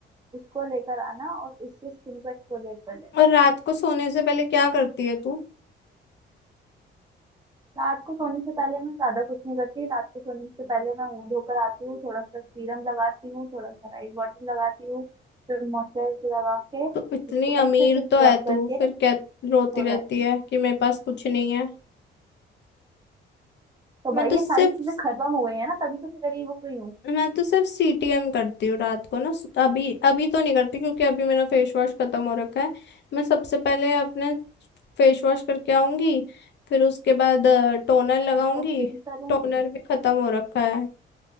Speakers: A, on the right (about 20°); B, on the left (about 60°).
A: उसको लेकर आना और उससे स्किन को एक्सफोलिएट कर लेना
B: और रात को सोने से पहले क्या करती है तू
A: रात को सोने से पहले मैं ज्यादा कुछ नहीं करती रात को सोने से पहले मैं मुंह धोकर आती हूँ थोड़ा सा सीरम लगाती हूँ थोड़ा सा राइस वाटर लगाती हूँ फिर मॉइस्चराइजर लगा के
B: तो इतनी
A: उसको
B: अमीर
A: अच्छे से स्क्रब
B: तो है तू
A: करके
B: फिर क्या रोती
A: हो
B: रहती
A: जाती
B: है
A: हूँ
B: कि मेरे पास कुछ नहीं है
A: तो
B: मैं
A: भाई
B: तो
A: ये
B: सिर्फ
A: सारी चीजें खत्म हो गई है ना तभी तो मैं गरीब हो गई हूँ
B: मैं तो सिर्फ सीटीएम करती हूँ रात को ना सु- अभी अभी तो नहीं करती क्योंकि अभी मेरा फेस वॉश खत्म हो रखा है मैं सबसे पहले अपने फेस वॉश करके आऊंगी फिर उसके बाद टोनर लगाऊंगी
A: उसको क्लेंस करूंगी
B: टोनर भी खत्म हो रखा है